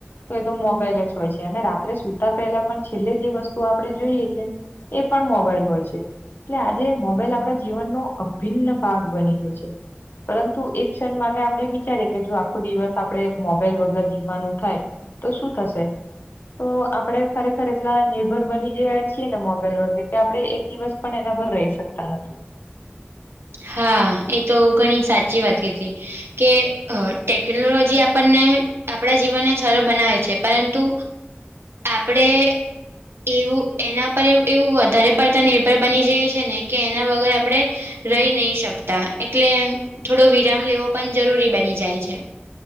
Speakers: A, on the left; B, on the right.
A: તો એ તો મોબાઈલ જ હોય છે, અને રાત્રે સુતા પહેલા પણ છેલ્લે જે વસ્તુ આપણે જોઈએ છે. એ પણ મોબાઈલ હોય છે. એટલે આજે મોબાઈલ આપણા જીવનનો અભિન્ન ભાગ બની ગયો છે. પરંતુ એક ક્ષણ માટે આપણે વિચારી કે જો આખો દિવસ આપણેે મોબાઈલ વગર જીવવાનું થાય તો શું થશે તો આપડે ખરેખર એટલા નિર્ભર બની ગયા છીએ ને મોબાઈલ વગે કે આપડે એક દિવસ પણ એના પર રેય શકતા નથી.
B: હા એ તો ઘણી સાચી વાત કીકી કે અ ટેક્નોલોજી આપણને આપણા જીવનને સરળ બનાવે છે, પરંતુ આપડે એવું એના પર એવ એવું વધારે પડતા નિર્ભર બની જઈએ છે, ને કે એના વગર આપડે રેય નહી શકતા એટલે થોડો વિરામ લેવો પણ જરૂરી બની જાય છે.